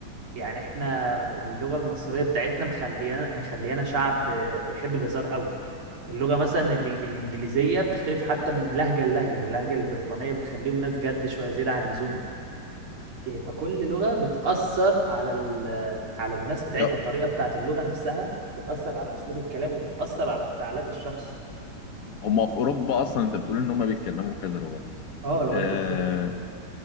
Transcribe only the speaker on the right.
يعني احنا اللغة المصرية بتاعتنا مخليانا مخليانا شعب بيحب الهزار قوي اللغة مثلا ال- الإنجليزية بتختلف حتى من لهجة للهجة اللهجة البريطانية بتخليهم ناس جد شوية زيادة عن اللزوم إيه، فكل لغة بتأثر على ال- على الناس بتاعتها
الطريقة بتاعت اللغة نفسها بتأثر على أسلوب الكلام وبتأثر على انفعالات الشخص
اه لغات
كتيرة كده